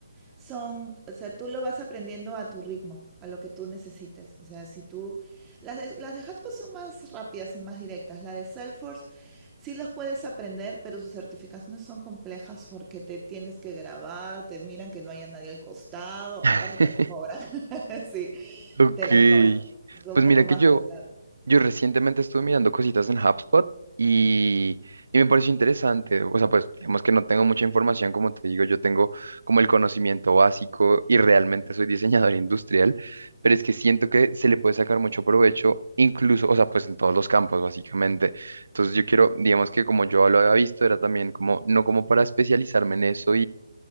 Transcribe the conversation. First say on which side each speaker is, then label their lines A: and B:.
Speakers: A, on the right (about 15°); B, on the right (about 80°).
A: son, o sea, tú lo vas aprendiendo a tu ritmo, a lo que tú necesites. O sea, si tú, las de, las de Hotpot son más rápidas y más directas. La de Salesforce sí los puedes aprender, pero sus certificaciones son complejas porque te tienes que grabar, te miran que no haya nadie al costado,
B: <laughs>
A: aparte te las cobran. <laughs> Sí,
B: Ok,
A: te las cobran. Son
B: pues
A: un poco
B: mira
A: más
B: que yo,
A: pesadas.
B: Yo recientemente estuve mirando cositas en HubSpot y, y me pareció interesante. O sea, pues digamos que no tengo mucha información, como te digo, yo tengo como el conocimiento básico y realmente soy diseñador <laughs> industrial, pero es que siento que se le puede sacar mucho provecho, incluso, o sea, pues en todos los campos, básicamente. Entonces yo quiero, digamos que como yo lo había visto, era también como, no como para especializarme en eso